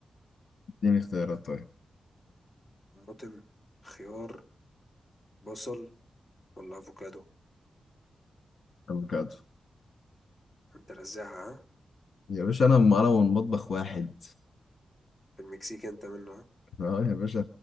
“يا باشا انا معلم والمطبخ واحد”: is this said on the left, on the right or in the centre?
Left